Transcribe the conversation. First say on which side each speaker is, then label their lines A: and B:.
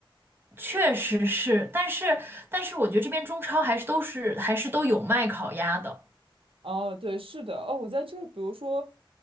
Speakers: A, on the right; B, on the right.
A: 确实是，但是但是我觉得这边中超还是都是还是都有卖烤鸭的。
B: 哦，对，是的，哦，我在这儿，比如说，